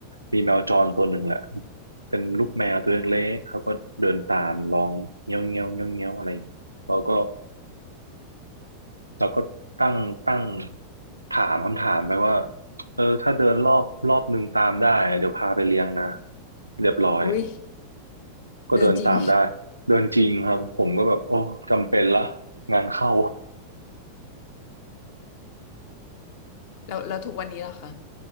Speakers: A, on the right (about 80°); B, on the left (about 50°).
A: มีแมวจรตัวหนึ่งแหละเป็นลูกแมวตัวเล็กๆเขาก็เดินตามร้องเงี้ยวเงี้ยวเงี้ยวเงี้ยวอะไรอย่างเงี้ยเราก็เราก็ตั้งตั้งถามคำถามไปว่าเออถ้าเดินรอบรอบหนึ่งตามได้เดี๋ยวพาไปเลี้ยงนะเรียบร้อย
B: อุ้ย
A: ก็เดินตามได้เดินจริงครับผมก็แบบโอ้จำเป็นละ
B: เดินจริง
A: งานเข้า
B: แล้วแล้วทุกวันนี้ล่ะคะ